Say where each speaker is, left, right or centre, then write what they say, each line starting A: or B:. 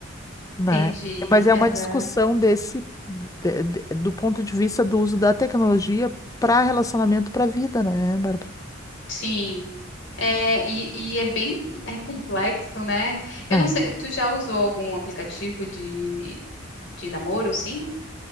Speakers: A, on the left; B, on the left.
A: né?
B: entendi,
A: Mas é
B: aham,
A: uma discussão desse de- de- do ponto de vista do uso da tecnologia para relacionamento para vida, né, Bárbara?
B: Sim. É, e, e é bem é complexo, né? Eu
A: É.
B: não sei, tu já usou algum aplicativo de, de namoro, sim?